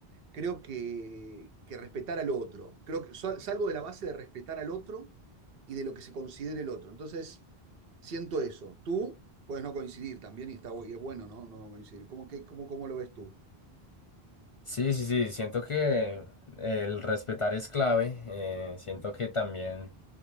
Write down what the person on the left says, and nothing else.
Sí, sí, sí, siento que el respetar es clave, eh, siento que también